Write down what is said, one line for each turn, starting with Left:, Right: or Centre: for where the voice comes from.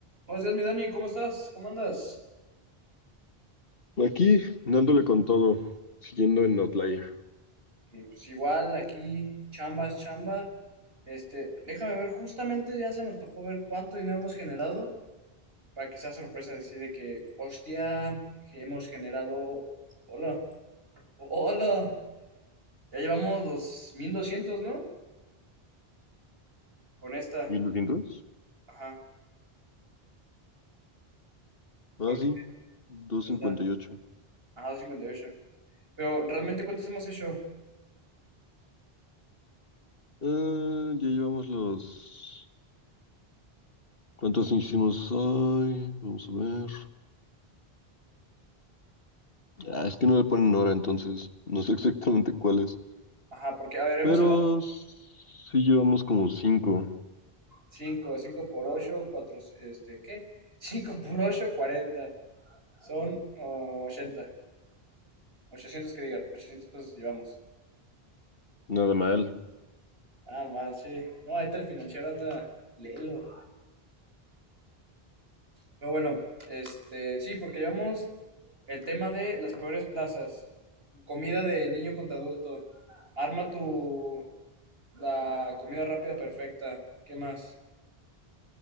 Right: Buenos días, mi Dani, ¿cómo estás? ¿Cómo andas?
Left: Aquí, dándole con todo, siguiendo en Outlier.
Right: Aquí, pues igual, aquí, chambas, chamba. Este, déjame ver, justamente ya se me antojó ver cuánto dinero hemos generado para que sea sorpresa decir de que, hostia, que hemos generado. Hola, hola, ya llevamos los 1200, ¿no? Con esta,
Left: ¿1200?
Right: ajá,
Left: Ah,
Right: porque,
Left: sí, 258.
Right: o sea, ajá, 258. Pero realmente, ¿cuántos hemos hecho?
Left: Ah, ya llevamos los... ¿Cuántos hicimos hoy? Vamos a ver. Ah, es que no le ponen hora, entonces no sé exactamente cuáles.
Right: Ajá, porque, a ver, hemos
Left: Pero
Right: hablado
Left: sí llevamos como cinco.
Right: 5 5 por 8, 4, este, ¿qué? <laughs> 5 por 8, 40. Son oh, 80. 800 que diga, 800 pesos llevamos.
Left: Nada mal.
Right: Ah, mal, sí. No, ahí está el financiero, anda, léelo. Pero bueno, este, sí, porque llevamos el tema de las peores plazas. Comida de niño contra adulto. Arma tu, la comida rápida perfecta. ¿Qué más?